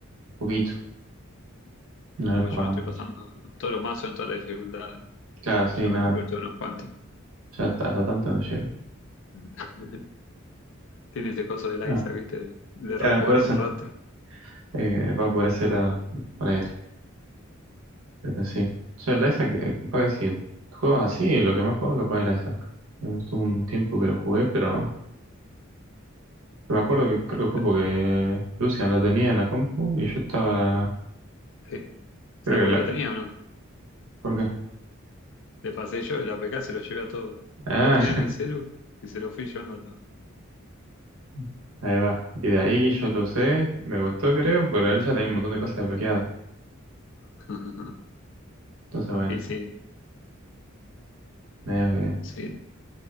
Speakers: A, on the right (about 85°); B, on the left (about 65°).
A: poquito, no lo
B: Ah,
A: he
B: pues
A: jugado
B: yo me estoy
A: mucho.
B: pasando todos los mazos en todas las dificultades.
A: Claro, sí,
B: Ya me
A: nada,
B: compré todos unos cuantos.
A: ya hasta, hasta tanto no llego.
B: <laughs> Tiene ese coso del
A: Ah,
B: Isaac, ¿viste? De
A: claro,
B: rejugar
A: por eso,
B: un rato.
A: eh, va por ese lado, ponele. Pero sí. O sea, la esa que capaz que si juegas así, lo que más jugaba capaz era esa Estuvo un tiempo que lo jugué, pero pero me acuerdo que creo que fue
B: Pero,
A: porque Lucian lo tenía en la compu y yo estaba.
B: sí. ¿Sabes
A: Creo
B: por
A: que la.
B: qué lo tenía o no?
A: ¿Por qué?
B: Le pasé yo el APK, se lo llevé a todo.
A: Ah,
B: Lo tenía en el celu y se lo fui llevando a todo.
A: <laughs> ahí va. Y de ahí yo lo usé, me gustó creo, pero él ya tenía un montón de cosas desbloqueadas.
B: <laughs>
A: Entonces, bueno,
B: Y sí,
A: medio que.
B: sí.